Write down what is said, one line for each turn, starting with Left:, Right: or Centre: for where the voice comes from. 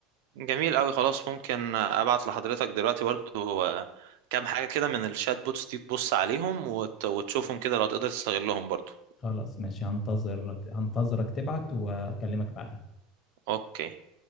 Right: جميل قوي خلاص ممكن ابعت لحضرتك دلوقتي برضو آه، كام حاجة كده من الشات بوتس دي تبص عليهم وت- وتشوفهم كده لو تقدر تستغلهم برضو
Left: خلاص ماشي هنتظر هنتظرك تبعت واكلمك بعدها
Right: اوكي